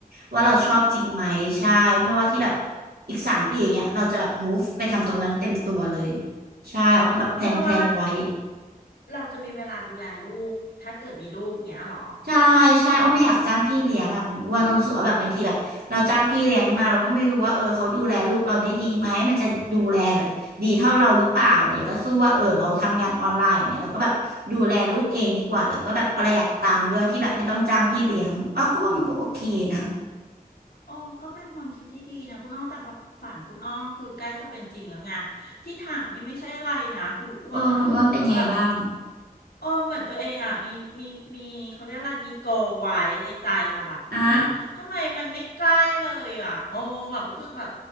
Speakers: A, on the right; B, on the left.
A: ว่าเราชอบจริงไหมใช่เพื่อว่าที่แบบอีกสามปีอย่างเงี้ยเราจะแบบ move ไปทำตรงนั้นเต็มตัวเลยใช่เอาก็แบบแพลนแพลนไว้
B: เพื่อว่าเราจะมีเวลาดูแลลูกถ้าเกิดมีลูกเงี้ยเหรอ
A: ใช่ใช่อ้อไม่อยากจ้างพี่เลี้ยงอ่ะคุณอ้วนอ้อรู้สึกว่าแบบบางทีแบบเราจ้างพี่เลี้ยงมาเราก็ไม่รู้ว่าเออเขาดูแลลูกเราได้ดีไหมมันจะดูแลแบบดีเท่าเราหรือเปล่าอะไรอย่างเลยก็สู้ว่าเออเราทำงานออนไลน์อย่างเงี้ยแล้วก็แบบดูแลลูกเองดีกว่าแล้วก็แบบประหยัดตังค์ด้วยที่แบบไม่ต้องจ้างพี่เลี้ยงอ้อก็ว่ามันก็โอเคนะ
B: อืมโอ้ก็เป็นความคิดที่ดีนะคุณอ้อแต่ฝันคุณอ้อคือใกล้จะเป็นจริงแล้วไงที่ถามนี่ไม่ใช่อะไรนะคืออ้วนอ่ะรู้สึกว่าแบบ
A: เออคุณอ้วนเป็นไงบ้าง
B: เออเหมือนตัวเองอ่ะมีมีมีเขาเรียกอะไรมีโกไว้ในใจแต่แบบรู้สึกว่าทำไมมันไม่ใกล้เลยอ่ะโอ้แบบรู้สึกแบบ
A: อ่า